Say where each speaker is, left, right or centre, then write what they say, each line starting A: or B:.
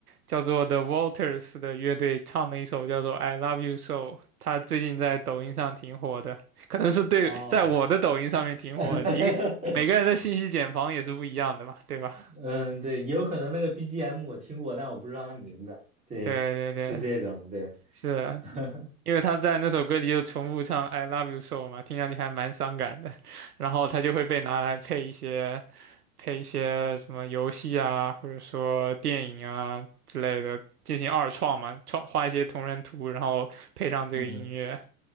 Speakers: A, on the right; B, on the right.
A: 叫做 The Walters 的乐队唱的一首叫做《I Love You So》，他最近在抖音上挺火的，可能是对，
B: 哦，
A: 在我的抖音上面挺火的你每个人的信息茧房也是不一样的嘛，
B: <laughs>
A: 对吧？
B: 嗯，对，也有可能那个 BGM 我听过，但我不知道它名字。对，
A: 对对对，
B: 是这种，对，
A: 是
B: <laughs>
A: 因为他在那首歌里就重复唱 "I love you so" 嘛，听上去还蛮伤感的，然后他就会被拿来配一些配一些什么游戏啊，或者说电影啊之类的进行二创嘛，创画一些同人图，然后配上这个音乐。
B: 嗯，